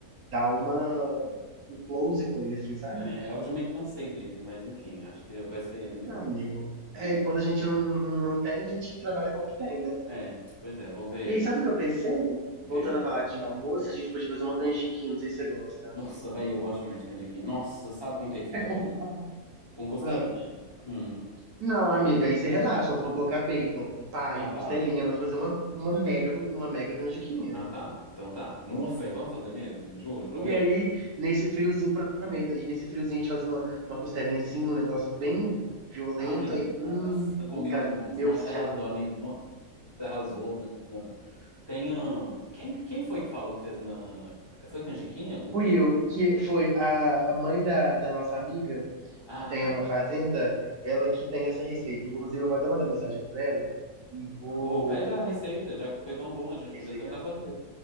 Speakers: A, on the right; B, on the left.
A: dar uma, um close com ele, assim, sabe?
B: É, eu já meio que cansei dele, mas enfim, acho que vai ser ele mesmo.
A: Não, amigo.
B: É,
A: É, e quando a gente não, não, não tem, a gente trabalha com o que tem, né?
B: é, pois é, vou ver
A: E
B: aí.
A: aí, sabe o que eu pensei?
B: O quê?
A: Voltando a falar de almoço, a gente podia fazer uma canjiquinha, não sei se você gosta.
B: Nossa, velho, eu gosto demais de canjiquinha. Nossa, sabe com o que que fica
A: <laughs>
B: bom? Com costelinha.
A: Ah,
B: Hum.
A: Não, amiga, aí você relaxa, nós vamos colocar bacon, paio,
B: Ah, tá.
A: costelinha, nós vamos fazer uma, uma mega, uma mega canjiquinha.
B: Ah, tá. Então tá. Nossa, velho, vamos fazer mesmo? Juro, prometo.
A: E aí, nesse friozinho, provavelmente, e nesse friozinho a gente faz uma, uma costelinha assim, um negócio bem violento,
B: Ai,
A: aí,
B: nossa,
A: hum,
B: combina
A: puta,
B: demais.
A: meu,
B: Nossa,
A: preciso
B: arrasou,
A: de agora.
B: amigo. Nossa, você arrasou. Na, na... Tem, ahn, Quem, quem foi que falou que fez uma... Foi canjiquinha com
A: fui
B: o quê?
A: eu, que foi a, a mãe da, da nossa amiga,
B: Ah,
A: que tem
B: tá.
A: uma fazenda, ela que tem essa receita. Inclusive, eu vou até mandar mensagem para ela e vou.
B: Ou pede a receita, já que foi tão bom, a gente podia
A: Receita,
B: tentar fazer.